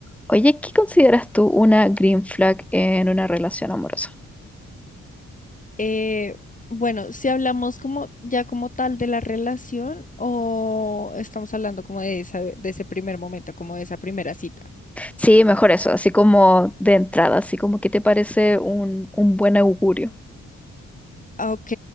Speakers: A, in the centre; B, on the left (about 25°).
A: Oye, ¿qué consideras tú una green flag en una relación amorosa?
B: Eh, bueno, si hablamos como ya como tal de la relación o estamos hablando como de esa, de ese primer momento, como de esa primera cita.
A: Sí, mejor eso, así como de entrada, así como que te parece un, un buen augurio.
B: Ah, Ok,